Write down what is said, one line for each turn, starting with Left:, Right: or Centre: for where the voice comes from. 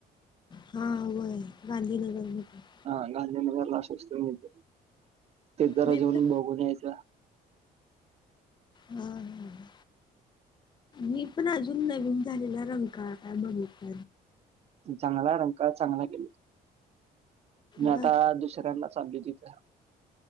Left: हा व आहे गांधीनगर म तर
Right: हा गांधीनगर ला अस असतो तर ते जराजऊन
Left: मी पण
Right: बघून यायचं
Left: हम् हम् मी पण अजून नवीन झालेला रंकाळा का काय बघित
Right: चांगला रंकाळा चांगला गेले मी
Left: बघ
Right: आता दुसऱ्यांना चाललोय लोय तथ